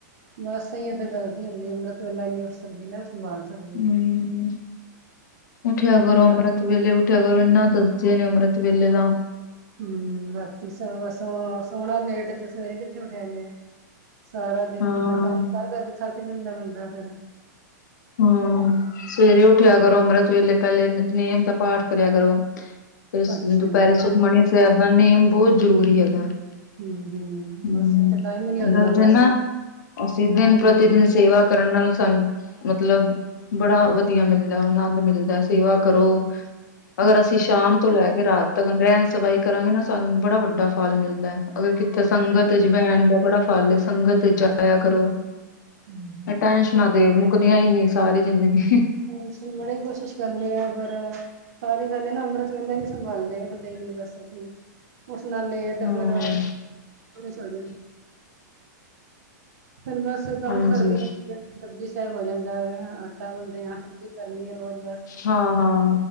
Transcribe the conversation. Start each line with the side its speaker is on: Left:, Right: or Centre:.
Right: ਬਸ ਅਹੀ ਏਦਾਂ ਗੱਲ ਦੀ ਹਦੀ ਅੰਮ੍ਰਿਤ ਇਲਾਂਨੀ ਉੱਠ ਸਕਦੀ ਨਾ ਸੰਭਾਲ ਸਕਦੀ
Left: ਹਮ ਉੱਠਿਆ ਕਰੋ ਅੰਮ੍ਰਿਤ
Right: ਰਾ
Left: ਵੇਲੇ ਉੱਠਿਆ ਕਰੋ ਇੰਨਾ ਦੱਸਦੇ ਨੇ ਅੰਮ੍ਰਿਤ ਵੇਲੇ ਦਾ
Right: ਹੂੰ ਬਾਕੀ ਸ ਸੋ ਸੋਹਣਾ ਨੇੇਟ ਤੇ ਸਵੇਰੇ ਕਿੱਥੇ ਉਠਿਆ ਜਾ ਸਾਰਾ ਦਿਨ
Left: ਹਾਂ
Right: ਫ ਕੰਮ ਸ ਕਰ ਜਥ ਸੀ ਦਿੰਦਾ ਬੰਦਾ ਫੇਰ
Left: ਹਾਂ
Right: ਫਰ
Left: ਸਵੇਰੇ ਉੱਠਿਆ ਕਰੋ ਅੰਮ੍ਰਿਤ ਵੇਲੇ ਪਹਿਲੇ ਨਿਤਨੇਮ ਦਾ ਪਾਠ ਕਰਿਆ ਕਰੋ। ਫ
Right: ਅੱਛਾ
Left: ਦੁਪਹਿਰੇ
Right: ਹਮ
Left: ਸੁਖਮਨੀ ਸਾਹਿਬ ਦਾ ਨੇਮ ਬਹੁਤ ਜਰੂਰੀ ਹੈਗਾ। ਹ
Right: ਹਮ ਬਸ ਇਥੇ ਟਾਈਮ ਹੀ ਨੀ ਹੁੰਦਾ
Left: ਦ ਜਮ
Right: ਬਸ
Left: ਅਸੀ ਦਿਨ
Right: ਹਮ
Left: ਪ੍ਰਤੀ ਦਿਨ ਸੇਵਾ ਕਰਨ ਨਾਲ ਸ ਮਤਲਬ ਬੜਾ ਵਧੀਆ ਮਿਲਦਾ ਆਨੰਦ ਮਿਲਦਾ ਸੇਵਾ ਕਰੋ। ਅਗਰ ਅਸੀਂ ਸ਼ਾਮ ਤੋਂ ਲੈ ਕੇ ਰਾਤ ਤੱਕ ਰਹਿਣ ਸਫ਼ਾਈ ਕਰਾਂਗੇ ਨਾ ਸਾਨੂੰ ਬੜਾ ਵੱਡਾ ਫਲ ਮਿਲਦਾ ਹੈ ਅਗਰ ਕਿੱਥੇ ਸੰਗਤ ਚ ਬੈਣ ਦਾ ਬੜਾ ਫ ਲੇ ਸੰਗਤ ਜਾਇਆ ਕਰੋ
Right: ਹਮ
Left: ਟੈਨਸ਼ਨਾਂ ਦੇ ਮੁੱਕਦੀਿਆ ਹੀ ਨੀ ਸਾਰੀ ਜ਼ਿੰਦਗੀ
Right: ਹਾਂ ਬੜੀ ਕੋਸ਼ਿਸ਼ ਕਰਨੇ ਆ ਪਰ ਸਾਰੇ ਗੇ ਨਾ ਅੰਮ੍ਰਿਤ ਕਿੰਦਾ ਨੀ ਸੰਭਾਲਦੇ ਦੇ ਹੀ ਨੀ ਬਸ ਅਂ ਉਸ ਨਾਲ ਨੇੇਟ
Left: ਹਾਂ
Right: ਫਿਰ ਜਾ ਫਿਰ ਬਸ ਕੰਮ
Left: ਹਾਂਜੀ
Right: ਕਰਦੇ ਆ ਜੜ ਸਬਜੀੀ ਸਾਹਿਬ ਹੋ ਜਾਂਦਾ ਆਟਾ ਅ ਕੀ ਕਰਨੀ ਰੋਜ਼ ਬਸ
Left: ਹਾਂ ਹਾਂ